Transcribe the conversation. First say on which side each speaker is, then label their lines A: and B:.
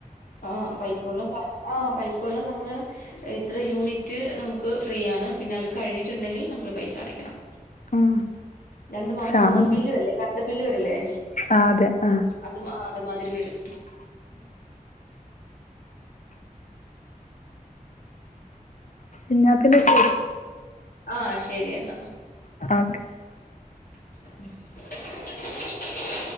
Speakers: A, on the left (about 80°); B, on the left (about 55°).
A: ആഹ് പെപ്പുവെള്ള കാ ആഹ് പൈപ്പ് വെള്ളം നമ്മള് ഇത്ര യൂണിറ്റ് നമുക്ക് ഫ്രീയാണ് പിന്നെ അത് കഴിഞ്ഞിട്ടുണ്ടെങ്കി നമ്മള് പൈസ അടയ്ക്കണം
B: ഉം
A: രണ്ടുമാസം
B: ക്ഷാമം
A: കൂടുമ്പോ ബില്ല് വരില്ലേ കര്ണ്ട് ബില്ല് വരില്ലേ
B: ആ അതെ ആ
A: അത് മാ അത് മാതിരി വെരും
B: എന്നാ പിന്നെ ശെരി
A: ആഹ് ശെരിയെന്നാ
B: ഓക്കെ
A: ഉം